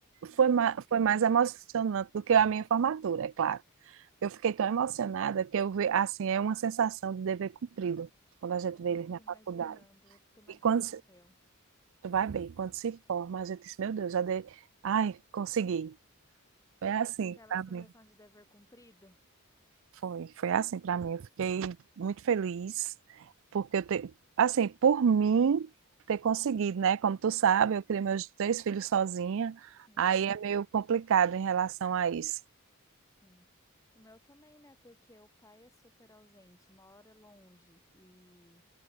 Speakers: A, on the left (about 15°); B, on the right (about 65°).
A: Hum.
B: Foi, ma- foi mais emocionante do que a minha formatura, é claro. Eu fiquei tão emocionada que eu vi, assim, é uma sensação de dever cumprido quando a gente
A: Ai,
B: vê eles
A: eu fico
B: na
A: imaginando,
B: faculdade.
A: eu fico imaginando
B: E quando
A: o meu.
B: Tu vai bem quando se forma, a gente diz, meu Deus, já dei. Ai, consegui. Foi
A: Bate
B: assim
A: aquela
B: para
A: sensação
B: mim.
A: de dever cumprido?
B: Foi, foi assim para mim. Eu fiquei muito feliz, porque eu te... assim, por mim ter conseguido, né? Como tu sabe, eu criei meus três filhos sozinha,
A: Sim.
B: aí é meio complicado em relação a isso.
A: Sim. O meu também, né? Porque o pai é super ausente, mora longe e